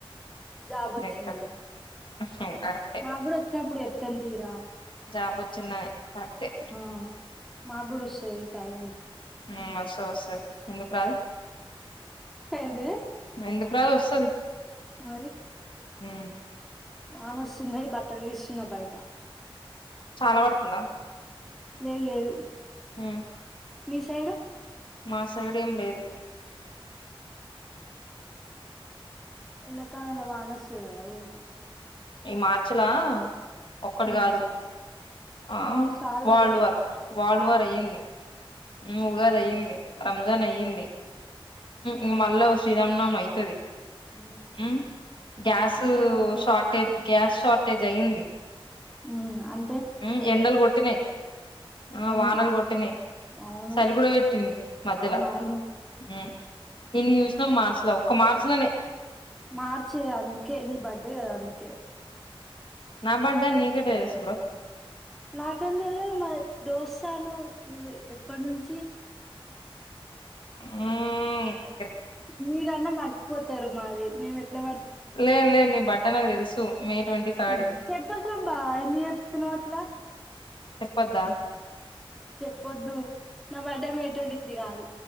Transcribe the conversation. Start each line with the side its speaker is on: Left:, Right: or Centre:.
Centre: జాబ్
Left: అవును
Centre: వచ్చిందని
Left: కరెక్టే
Centre: మా కూడా వచ్చినప్పుడు చెప్ వాతంతిరా
Left: జాబ్ వచ్చిందని కరెక్టే
Centre: ఆ మాకు కూడా వస్తది టైం
Left: హుమ్ వస్తా వస్తది ఎందుకు రాదు
Centre: ఏంది
Left: ఎందుకు రాదు వస్తది
Centre: మరి
Left: ఉ
Centre: వాన వస్తుంది బట్టలు తీస్తున్నా బయట
Left: చాలా వడుతుందా
Centre: లేదు లేదు
Left: హు
Centre: మీ సైడు
Left: మా సైడ్ ఏం లేదు
Centre: ఎండాకాలం ల వాన వస్తది కదా ఉ
Left: ఈ మర్చి ల ఒక్కటి
Centre: ఆ,
Left: కాదు ఆ
Centre: అవును చాలా
Left: వాళ్డ్
Centre: అయినాయి
Left: వారు వాల్డ్ వారు అయ్యింది ఉగాది అయింది రంజాన్ అయ్యింది ఉ మళ్ళా వస్ శ్రీ రామనవమి అయితది
Centre: ఊ
Left: ఉమ్ గ్యాస్
Centre: ఇంకేమవుతది
Left: షార్టేజ్ గ్యాస్ షార్టేజ్ అయ్యింది.
Centre: ఊ అం
Left: ఉ ఎండలు కొట్టినయ్ ఆ
Centre: అవును
Left: వానలు కొట్టినయ్
Centre: అవును
Left: సలి కూడ పెట్టింది మధ్యల
Centre: అవునవును
Left: ఊ ఇన్ని చూసినాం మార్చిలో ఒక్క మార్చి లోనే
Centre: మార్చే అందుకే నీ బర్త్డే కదా అందుకే
Left: నా బర్త్డే అని నీకేట్ట తెలుసు బ్రో
Centre: నాకెం తెలవద్ మా దోస్తాన్ నువు ఎప్పుడ్నుంచి
Left: ఊ
Centre: మీరన్నా మర్చిపోతారు మాది మేము ఎట్లా
Left: లే లే నీ బర్త్డే నాకు తెలుసు మే ట్వంటీ థర్డ్
Centre: ఉ చెప్పాకబ్బా ఎందుకు చెప్తున్నావట్లా
Left: చెప్పొద్దా
Centre: చెప్పొద్దు నా బర్డె మే ట్వంటీ త్రీ కాదు